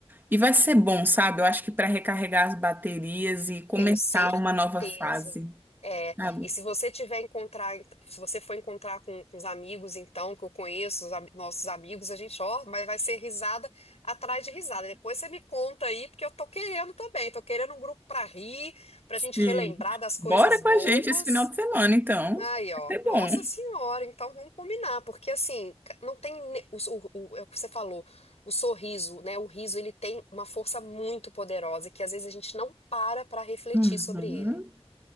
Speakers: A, on the right; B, on the left.
A: e vai ser bom, sabe? Eu acho que para recarregar as baterias e começar
B: Tenho certeza.
A: uma nova fase,
B: É,
A: sabe?
B: e se você tiver encontrar, se você for encontrar com, com os amigos, então, que eu conheço, os am- nossos amigos, a gente, ó, mas vai ser risada atrás de risada. Depois você me conta aí, porque eu tô querendo também, tô querendo um grupo pra rir, pra
A: Sim.
B: gente relembrar das coisas
A: Bora
B: boas.
A: com a gente esse final de semana, então.
B: Aí, ó.
A: Vai ser
B: Nossa
A: bom.
B: senhora, então vamos combinar, porque assim, ca- não tem ne- o, o, o- é o que você falou, o sorriso, né? O riso, ele tem uma força muito poderosa que às vezes a gente não para para refletir
A: Uhum.
B: sobre ele.